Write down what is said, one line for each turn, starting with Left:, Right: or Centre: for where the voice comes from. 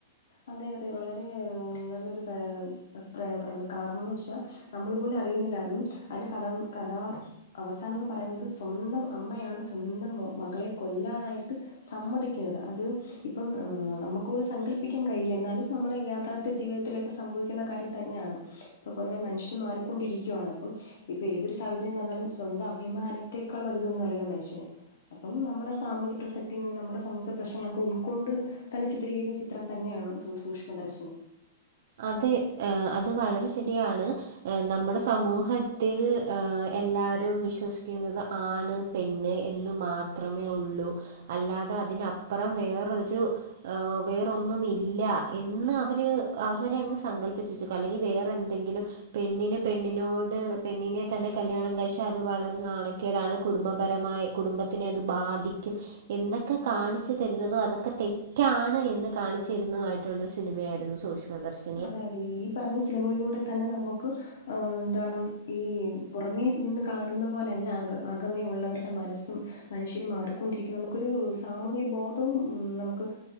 Left: അതെ അതെ വളരെ നല്ലൊരു കാ അഭിപ്രായമാണ് പറഞ്ഞത് കാരണംന്ന് വെച്ചാ നമ്മളു പോലും അറിയുന്നില്ല അതും അതില് കഥം കഥ അവസാനം എന്ന് പറയുന്നത് സ്വന്തം അമ്മയാണ് സ്വന്തം മകളെ കൊല്ലാനായിട്ട് സമ്മതിക്കുന്നത് അത് ഇപ്പം നമ്മുക്ക് പോലുംസങ്കൽ പ്പിക്കാൻ കഴയില്ല എന്നാലും നമ്മള് യാഥാർത്ഥ്യ ജീവിതത്തിലൊക്കെ സംഭവിക്കുന്ന കാര്യം തന്നെയാണ് ഇപ്പൊ പുറമേ മനുഷ്യൻ മാറി കൊണ്ടിരിക്കുകയാണ് അപ്പം ഇപ്പൊ ഏതൊരു സാഹചര്യം വന്നാലും സ്വന്തം അഭിമാനത്തേക്കാൾ വലുതൊന്നുമല്ലോ മനുഷ്യന് അപ്പം നമ്മുടെ സാമൂഹ്യ പ്രസക്തി നമ്മുടെ സമൂഹ പ്രശ്നങ്ങളൊക്കെ ഉൾക്കൊണ്ട് തന്നെ ചിത്രീകരിക്കുന്ന ത്രം തന്നെയാണ് സൂക്ഷ്മദർശിനി.
Right: അതെ അത് വളരെ ശരിയാണ്. ഹെ നമ്മുടെ സമൂഹത്തിൽ എല്ലാരും വിശ്വസിക്കുന്നത് ആൺ പെണ്ണ് എന്ന് മാത്രമേ ഉള്ളൂ അല്ലാതെ അതിനപ്പുറം വേറരു. വേറൊന്നും ഇല്ല എന്ന് അവര്. അവരെ അങ്ങ് സങ്കല്പ്പിച്ചക്കുക അല്ലെങ്കിൽ വേറെന്തെങ്കിലും. പെണ്ണിന് പെണ്ണിനോട് പെണ്ണിനെ തന്നെ കല്യാണം കാഴ്ച അത് വളരെ നാണക്കേടാണ് കുടുംബപരമായി കുടുംബത്തിനെ അത് ബാധിക്കും. എന്തൊക്കെ കാണിച്ചു തരുന്നതോ അതൊക്കെ തെറ്റാണ് എന്ന് കാണിച്ചു തരുന്നത ആയിട്ടുള്ള ഒരു സിനിമയായിരുന്നു സൂഷ്മ. മദർശ
Left: അതെ അതെ ഈ പറഞ്ഞ സിനിമകളിലൂടെ തന്നെ നമുക്ക് ആ എന്താണ് ഈ പുറമേ നിന്ന് കാണുന്ന പോലല്ല അ അകമേ ഉള്ളവരുടെ മനസ്സും. മനുഷ്യന് മാറിക്കൊണ്ടിരിക്കും നമുക്കൊരു സാമൂഹിക ബോധവും ഉ നമുക്ക്